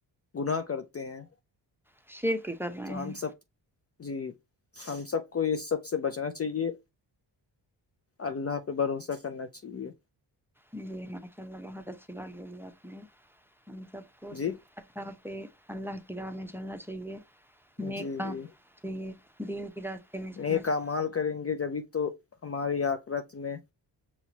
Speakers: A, on the left; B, in the centre.
A: گناہ کرتے ہیں
B: شرک کر رہے
A: تو
B: ہیں
A: ہم سب جی ہم سب کو یہ سب سے بچنا چاہیے اللہ پہ بھروسہ کرنا چاہیے
B: جی ماشاء اللہ بہت اچھی بات بولی آپ نے ہم سب کو
A: جی
B: صرف پہ اللہ کی ر میں چلنا یے نیک
A: جی
B: کام
A: جی
B: چاہیے دین کے راستے میں چلنا
A: نیک
B: چاہیے
A: اعمال کریں گے جبھی تو ہماری آکرت میں